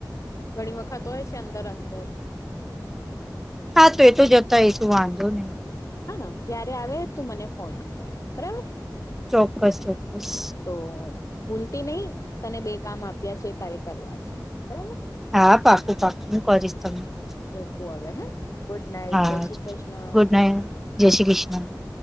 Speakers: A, on the left; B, in the centre.
A: ઘણી વખત હોય છે અંદર અંદર
B: હા તો એ તો જતા એ તો વાંધો નહી
A: હ ને જયારે આવે તું મને ફોન કર બરાબર
B: ચોક્કસ ચોક્કસ
A: તો ભૂલતી નહિ તને બે કામ આપ્યા છે તારે કરવા છે બરાબર
B: હા પાકું પાકું હું કરીશ તમને કોલ
A: મુકું હવે ગુડ નાઈટ
B: હા
A: જય શ્રી કૃષ્ણ
B: ગુડ નાઈટ જય શ્રી કૃષ્ણ ના